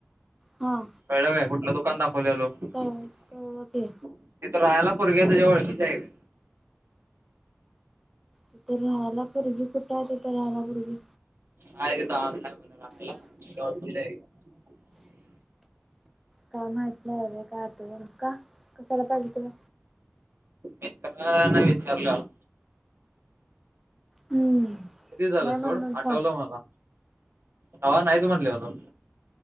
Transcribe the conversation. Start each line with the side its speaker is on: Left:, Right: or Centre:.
Centre: हा
Right: कळलं काय कुठलं दुकान दाखव खल्यालो ते
Centre: कळ कळलं की
Right: तर राहायला पोरगी तुझ्या ओळखीचे आहे का?
Centre: तिथ राहायला पोरगी कुठे तिथ राहायला पोरगी?
Right: हय तेतय बलाला ज <inaudible>
Centre: का माहित नाही आहे रे काय आत का कसला पाहिजे तुला?
Right: मित्रने विचारलेला
Centre: हम्म.
Right: की झालं
Centre: नाही
Right: सोड
Centre: म्हणून
Right: आठवलं
Centre: सांग
Right: मला तवा नाहीच म्हणलेलो.